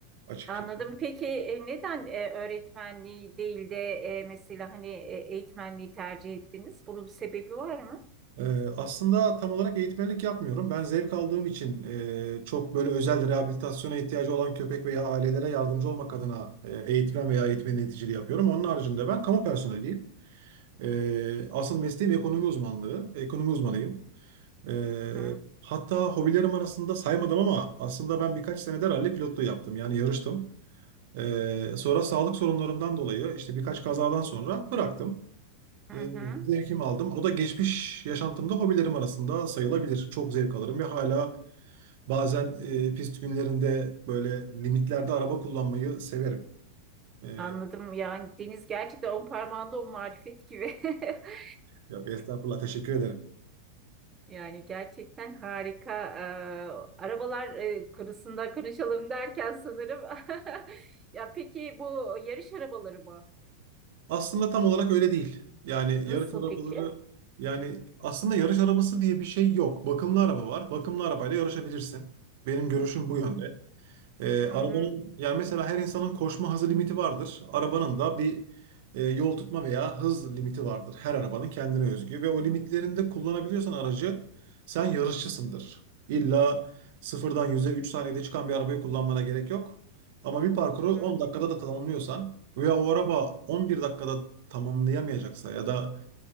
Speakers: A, on the right (about 50°); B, on the right (about 20°).
A: açıkçası.
B: Anladım. Peki e, neden e, öğretmenliği değil de e, mesela hani e, eğitmenliği tercih ettiniz? Bunun bir sebebi var mı?
A: Ee, aslında tam olarak eğitmenlik yapmıyorum. Ben zevk aldığım için e, çok böyle özel rehabilitasyona ihtiyacı olan köpek veya ailelere yardımcı olmak adına e, eğitmen veya eğitmen yöneticiliği yapıyorum. Onun haricinde ben kamu personeliyim. Ee, asıl mesleğim ekonomi uzmanlığı. Ekonomi uzmanıyım. Ee,
B: Hı
A: hatta hobilerim arasında saymadım ama aslında ben birkaç senedir ralli pilotluğu yaptım. Yani yarıştım. Ee, sonra sağlık sorunlarımdan dolayı işte birkaç kazadan sonra bıraktım.
B: hı.
A: Ee, zevkimi aldım. O da geçmiş yaşantımda hobilerim arasında sayılabilir. Çok zevk alırım ve hala bazen e, pist günlerinde böyle limitlerde araba kullanmayı severim. Ee,
B: Anladım. Yani Deniz gerçekten on parmağında on marifet gibi. <laughs>
A: yok estağfurullah teşekkür ederim.
B: Yani gerçekten harika. Ee, arabalar e, konusunda konuşalım derken sanırım. <laughs> Ya peki bu yarış arabaları mı?
A: Aslında tam olarak öyle değil. Yani
B: Nasıl
A: yarış arabaları
B: peki?
A: yani aslında yarış arabası diye bir şey yok. Bakımlı araba var. Bakımlı arabayla yarışabilirsin. Benim görüşüm bu
B: Hmm.
A: yönde. Ee,
B: Hı
A: arabanın
B: hı.
A: yani mesela her insanın koşma hızı limiti vardır. Arabanın da bir e, yol tutma veya hız limiti vardır. Her arabanın kendine özgü ve o limitlerinde kullanabiliyorsan aracı sen yarışçısındır. İlla sıfırdan 100'e 3 saniyede çıkan bir arabayı kullanmana gerek yok. Ama bir parkuru
B: hı hı.
A: 10 dakikada da tamamlıyorsan veya o araba 11 dakikada tamamlayamayacaksa ya da